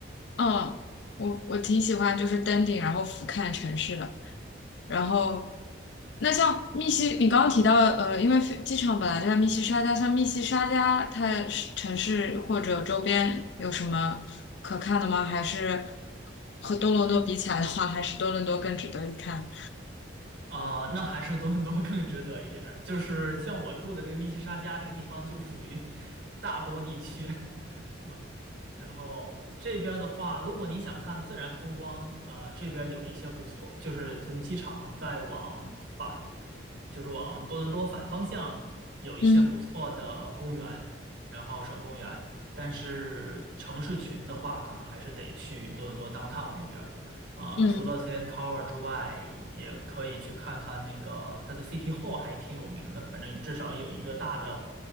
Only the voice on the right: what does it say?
啊、那还是多伦多更值得一点儿，就是像我住的这个密西沙加这个地方，就属于大多地区。啊，然后这边的话，如果你想看自然风光，啊、这边有一些不错，就是从机场再往反，就是往多伦多反方向，有一些不错的公园，
然后省公园。但是城市群的话，可能还是得去多伦多 downtown 那边儿啊、
除了 CN Tower 之外，也可以去看看那个它的 City Hall，还挺有名的。反正至少有一个大的